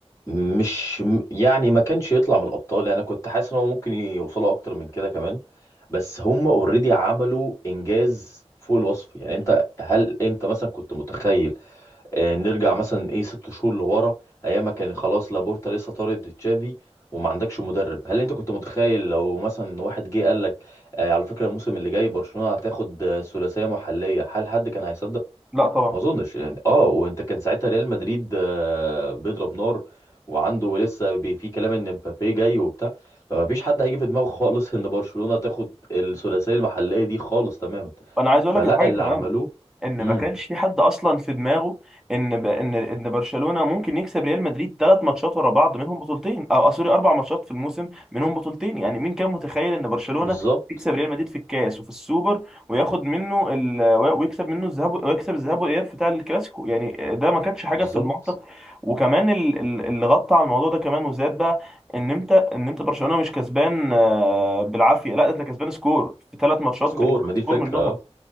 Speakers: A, on the left (about 25°); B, in the centre.
A: مش م- يعني ما كانش يطلع من الابطال يعني انا كنت حاسس ان هو ممكن يوصلوا اكتر من كده كمان بس هم اوريدي عملوا انجاز فوق الوصف يعني انت هل انت مثلا كنت متخيل آه، نرجع مثلا ايه ست شهور لورا ايام ما كان خلاص لابورتا لسه طارد تشافي وما عندكش مدرب هل انت كنت متخيل لو مثلا واحد جه قال لك آه، على فكرة الموسم اللي جاي برشلونة هتاخد آه، ثلاثية محلية هل حد كان هيصدق
B: لا طبعا
A: ما اظنش يعني اه وانت كان ساعتها ريال مدريد آه، بيضرب نار وعنده لسه بي- في كلام ان مبابي جاي وبتاع فما فيش حد هيجي في دماغه خالص ان برشلونة تاخد الثلاثية المحلية دي خالص تماما
B: انا عايز اقول
A: فلا
B: لك الحاجه
A: اللي
B: كمان
A: عملوه
B: ان
A: امم
B: ما كانش في حد اصلا في دماغه ان ب... ان ان برشلونه ممكن يكسب ريال مدريد ثلاث ماتشات ورا بعض منهم بطولتين او آه، سوري اربع ماتشات في الموسم منهم بطولتين يعني مين كان متخيل ان برشلونه
A: بالظبط
B: يكسب ريال مدريد في الكاس وفي السوبر وياخد منه ال... ويكسب منه الذهاب ويكسب الذهاب والاياب بتاع الكلاسيكو يعني ده ما كانتش حاجه
A: بالظبط
B: في المنطق وكمان ال... ال- اللي غطى على الموضوع ده كمان وزاد بقى ان انت ان انت برشلونه مش كسبان آه، بالعافيه لا ده انت كسبان سكور في ثلاث ماتشات
A: سكور
B: انت كسبان
A: ما دي
B: سكور
A: الفكرة
B: منهم
A: آه.